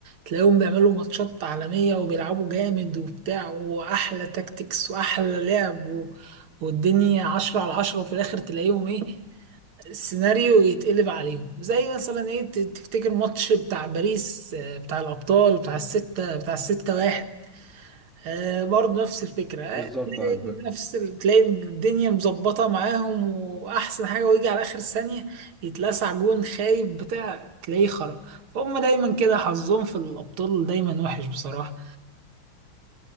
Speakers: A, on the right; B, in the centre.
A: تلاقيهم بيعملوا ماتشات عالمية وبيلعبوا جامد وبتاع واحلى تاكتكس واحلى لعب و... والدنيا عشرة على عشرة وفي الاخر تلاقيهم ايه السيناريو يتقلب عليهم زي مثلا ايه ت- تفتكر ماتش بتاع باريس آه، بتاع الابطال بتاع الستة بتاع الستة واحد آه برضه نفس الفكرة آه،
B: بالظبط
A: تلاقي
B: أيوة فاهم.
A: نفس ال- تلاقي الدنيا مظبطة معاهم وأحسن حاجة ويجي على آخر ثانية يتلسع جون خايب بتاع تلاقيه خرج فهم دايما كده حظهم في الأبطال دايما وحش بصراحة